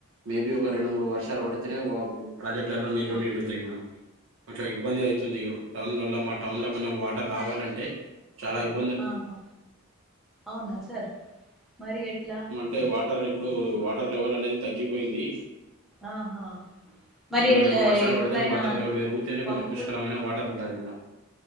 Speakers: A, on the right; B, in the centre.
A: మేబి ఒక రెండు మూడు వర్షాలు పడితేనే ఓ ప్రాజెక్ట్లా నీళ్లు
B: ఆ,
A: నిండు తాయ్ మేడం కొంచెం ఇబ్బంది అవుతుంది టౌన్లోల్ల మా టౌన్లో కొంచెం వాటర్ రావాలంటే చాలా ఇబ్
B: ఆహా అవునా సార్ మరి ఎట్లా
A: అంటే వాటర్ ఇప్పుడు వాటర్ లెవెల్ అనేది తగ్గిపోయింది
B: ఆహా మరి
A: కొంచె
B: ఇలా
A: రెండు వర్షాలు
B: ఎప్పుడైనా
A: పడితేనే వాటర్ లెవల్ పెరుగుతనే
B: పంపు
A: కొంచం పుష్కలమైన వాటర్ ఉంటుంది మేడం